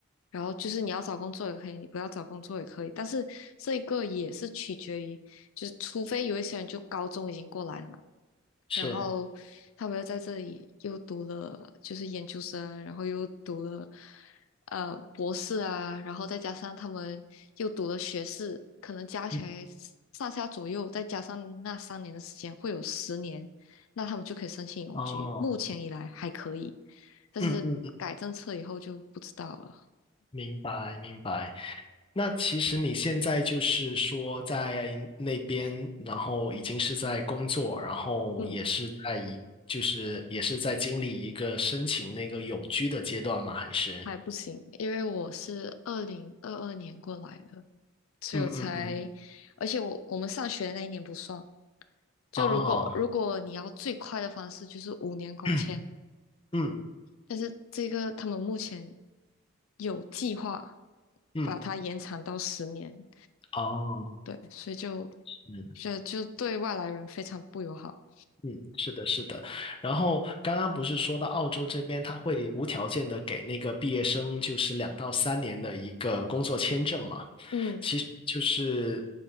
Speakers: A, on the left; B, on the left.
A: 然后就是你要找工作也可以，你不要找工作也可以，但是这一个也是取决于，就是除非有一些人就高中已经过来了嘛，
B: 是，
A: 然后他们又在这里又读了就是研究生，然后又读了呃博士啊，然后再加上他们又读了学士，可能加起来上下左右，
B: 嗯，
A: 再加上那三年的时间，会有十年，那他们就可以申请永居。
B: 哦，
A: 目前以来还可以，但是改政策以后就不知道了。
B: 嗯嗯嗯，明白明白。那其实你现在就是说在那边，然后已经是在工作，然后也是在一就是也是在经历一个申请那个永居的阶段吗？
A: 嗯。
B: 还是？
A: 还不行，因为我是二零二二年过来的，所以我才，
B: 嗯嗯嗯，
A: 而且我我们上学的那一年不算。就如果如果你要最快的方式，
B: 哦，
A: 就是五年工签，
B: <clears throat> 嗯嗯，
A: 但是这个他们目前有计划
B: 嗯，
A: 把它延长到十年，
B: 哦。
A: 对，所以就
B: 嗯。
A: 就就对外来人非常不友好。
B: 嗯，是的，是的。然后刚刚不是说到澳洲这边，他会无条件的给那个毕业生就是两到三年的一个工作签证嘛？
A: 嗯
B: 其实就是